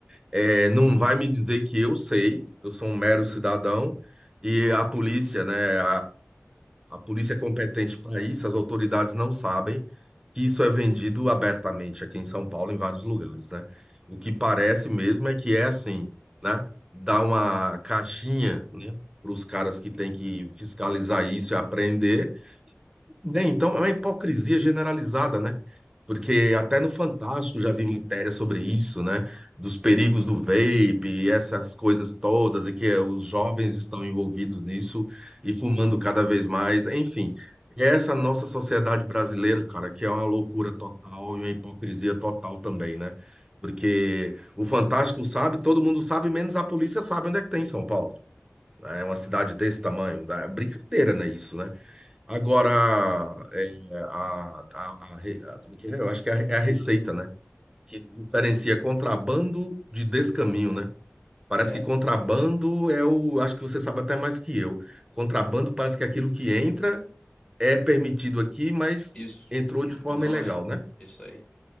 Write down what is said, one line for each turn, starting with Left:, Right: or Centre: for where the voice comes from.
Right: é, não vai me dizer que eu sei, eu sou um mero cidadão, e a polícia, né? A polícia é competente para isso, as autoridades não sabem que isso é vendido abertamente aqui em São Paulo, em vários lugares, né? O que parece mesmo é que é assim, né? Dá uma caixinha, né? Para os caras que têm que fiscalizar isso e apreender. Bem, então é uma hipocrisia generalizada, né? Porque até no Fantástico já vi matéria sobre isso, né? Dos perigos do vape e essas coisas todas, e que eh, os jovens estão envolvidos nisso e fumando cada vez mais. Enfim, essa nossa sociedade brasileira, cara, que é uma loucura total e uma hipocrisia total também, né? Porque o Fantástico sabe, todo mundo sabe, menos a polícia sabe onde é que tem em São Paulo. né? É uma cidade desse tamanho. É brincadeira, né? Isso, né? Agora, é, a, a, a, re- a- como é que é? eu acho que é a, é a receita, né? Que diferencia contrabando de descaminho, né? Parece
Left: É,
Right: que contrabando é o. Acho que você sabe até mais que eu. Contrabando parece que é aquilo que entra é permitido aqui, mas
Left: isso.
Right: entrou de forma
Left: Não
Right: ilegal,
Left: é
Right: né?
Left: isso aí.